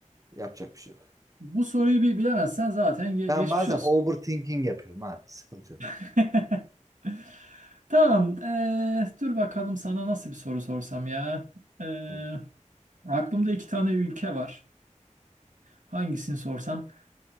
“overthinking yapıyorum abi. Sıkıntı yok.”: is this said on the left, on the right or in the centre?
Right